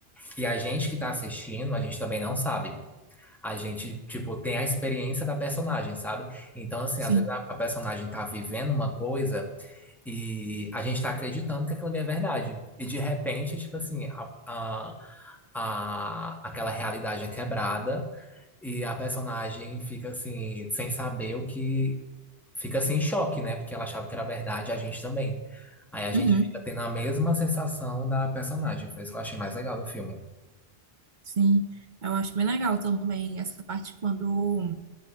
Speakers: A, in the centre; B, on the right (about 50°).
A: E a gente que tá assistindo, a gente também não sabe a gente, tipo, tem a experiência da personagem, sabe? Então, assim,
B: sim,
A: às vezes a, a personagem tá vivendo uma coisa e a gente tá acreditando que aquilo ali é verdade. E de repente, tipo assim, a, a, a- aquela realidade é quebrada e a personagem fica assim, sem saber o que. Fica assim em choque, né? Porque ela achava que era verdade, a gente também. Aí a gente
B: uhum,
A: fica tendo a mesma sensação da personagem. Foi isso que eu achei mais legal do filme.
B: sim. Eu acho bem legal também essa parte quando